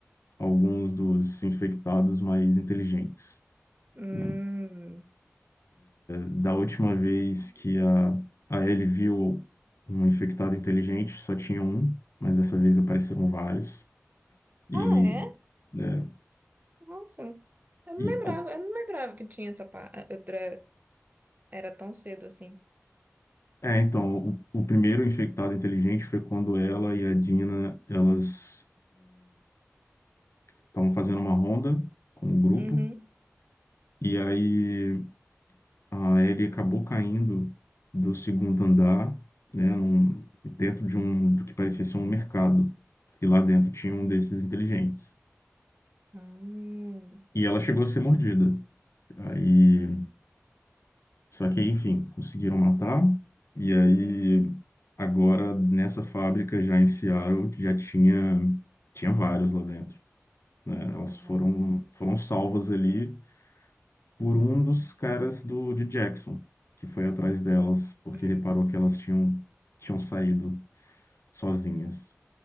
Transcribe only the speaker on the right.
hum.
Ah, é?
Nossa, eu não
lembrava,
eu não lembrava que tinha essa pa... eh, outra- Era tão cedo assim.
Uhum.
Hum,
uhum.
Nossa.
Hum.